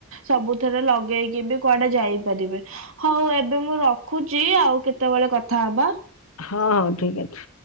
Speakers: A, on the right; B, on the left.
A: ସବୁଥେରେ ଲଗେଇକି ବି କୁଆଡେ ଯାଇପାରିବେ। ହଉ ଏବେ ମୁଁ ରଖୁଛି। ଆଉ କେତେବେଳେ କଥା ହବା।
B: ହଁ ହଉ। ଠିକ ଅଛି।